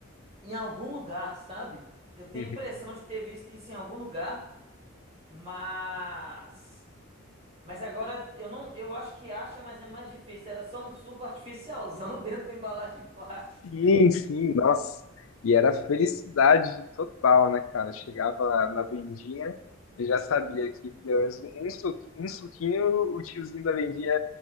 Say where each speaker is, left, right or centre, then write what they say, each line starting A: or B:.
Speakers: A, on the right; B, on the left.
A: em algum lugar, sabe? Eu tenho
B: Uhum.
A: impressão de ter visto isso em algum lugar, mas mas agora eu não, eu acho que acha, mas é mais difícil. Era só um suco artificialzão <laughs> dentro da embalagem de plástico.
B: Sim, sim, nossa. E era felicidade total, né, cara? Chegava na vendinha e já sabia que pelo menos um, su- um suquinho o tiozinho da vendinha